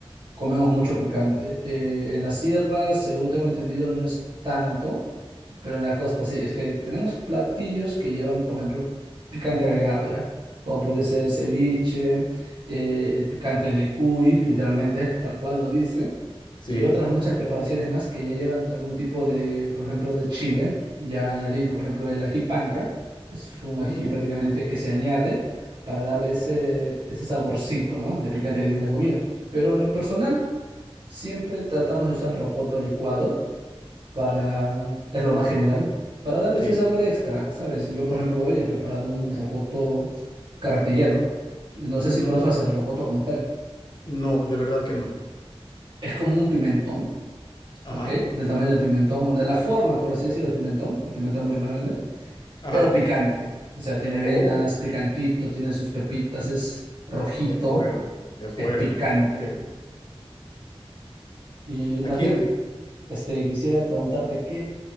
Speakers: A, on the right; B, on the left.
A: comemos mucho picante. Eh, en la sierra, según tengo entendido, no es tanto, pero en la costa sí. Es que tenemos platillos que llevan, por ejemplo, picante agregado ya, como podría ser el ceviche, eh, el picante de cuy, literalmente, tal cual lo dice,
B: Sí.
A: y otras muchas preparaciones más que ya llevan algún tipo de, por ejemplo, de chile ya añadido. Por ejemplo, el ají panca es un
B: Ujú.
A: ají prácticamente que se añade para darle ese, ese saborcito, ¿no? de picante que tiene la comida. Pero en lo personal, siempre tratamos de usar rocoto licuado para, es lo más general, para darle
B: Sí.
A: ese sabor extra, ¿sabes? Yo, por ejemplo, hoy he preparado un rocoto carretillero. No sé
B: Ujú.
A: si conoces el rocoto como tal.
B: No, de verdad que no.
A: Es como un pimentón,
B: Ajá,
A: ¿ok? Del tamaño del pimentón, o de la forma, por así decirlo, del pimentón. El pimentón es mucho más grande,
B: ajá.
A: pero picante. O sea, tiene venas,
B: Oh.
A: picantito, tiene sus pepitas, es rojito,
B: De acuerdo, de acuerdo.
A: es picante.
B: ok.
A: Y más
B: Aquí,
A: bien,
B: en-
A: este, quisiera preguntarte que